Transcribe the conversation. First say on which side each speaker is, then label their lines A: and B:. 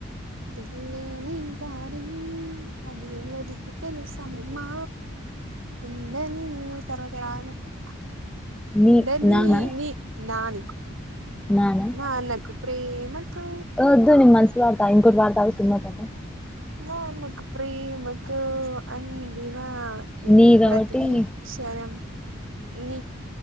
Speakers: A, on the right; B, in the centre.
A: వెళ్లే నీ దారి అది ఎవరికి తెలుసమ్మా ఉండని తర్వాత రాదు నాకు,
B: నీ
A: ఉండని
B: నానా
A: నా నీకు
B: నానా
A: నాన్న కు ప్రేమతో
B: వద్దు నేను మంచి పడతావు ఇంకోటి పాడుతాగు సినిమా పాట
A: నాన్నకు ప్రేమతో అంకి ఈ నా
B: నీ కాబట్టి
A: ప్రతిక్షణం ఈ